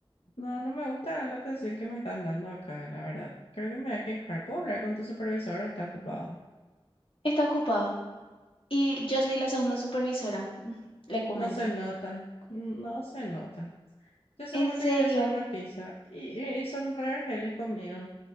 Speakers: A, on the left; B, on the left.
A: no, no me gusta la atención que me están dando acá, la verdad. Creo que me voy a quejar. ¿Puedo hablar con tu supervisor o está ocupado?
B: Está ocupado. Y yo soy la segunda supervisora, mm, le comento.
A: No se nota. No se nota. Yo solamente
B: ¿En serio?
A: quería hacer una pizza y, y son re argeles conmigo.